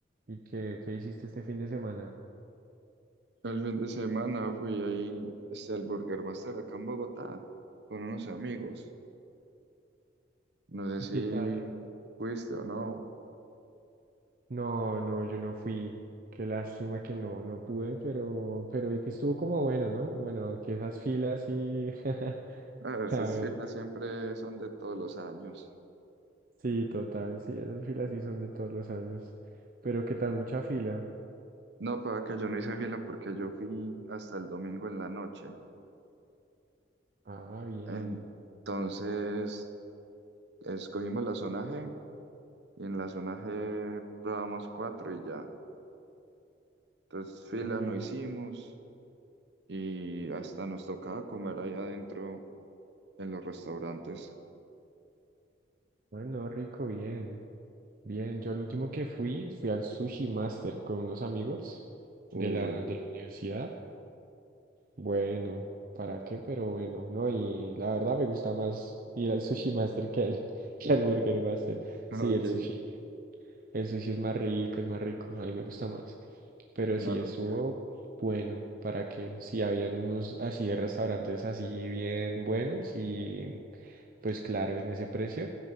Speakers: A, on the right (about 50°); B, on the right (about 65°).
A: ¿y qué, qué hiciste este fin de semana?
B: El fin de semana fui ahí este, al Burger Master acá en Bogotá con unos amigos. No sé
A: ¿Y
B: si
A: ¿Qué tal?
B: fuiste o no.
A: No, no, yo no fui. Qué lástima que no, no pude, pero, pero vi que estuvo como bueno, ¿no? Bueno, aunque esas filas sí, <laughs>
B: Ah, esas
A: la verdad.
B: filas siempre son de todos los años.
A: Sí, total, sí, esas filas sí son de todos los años. Pero qué tal, mucha fila.
B: No, para que yo no hice fila porque yo fui hasta el domingo en la noche.
A: Ah, bien.
B: Entonces, escogimos la zona G Y en la zona G probamos cuatro y ya. Entonces fila
A: Ah, bueno.
B: no hicimos y hasta nos tocaba comer ahí adentro en los restaurantes.
A: Ah, no, rico, bien. Bien, yo al último que fui, fui al Sushi Master con unos amigos
B: Uy,
A: de la, de la universidad. Bueno, ¿para qué? Pero bueno, no, y la verdad me gusta más ir al Sushi Master que al, <laughs> que al Burger Master.
B: <laughs>
A: Sí, el
B: ok.
A: sushi, el sushi es más rico, es más rico, a mí me gusta más. Pero sí,
B: A ver,
A: estuvo bueno, ¿para qué? Sí, habían unos así de restaurantes así bien buenos y pues claro, en ese precio,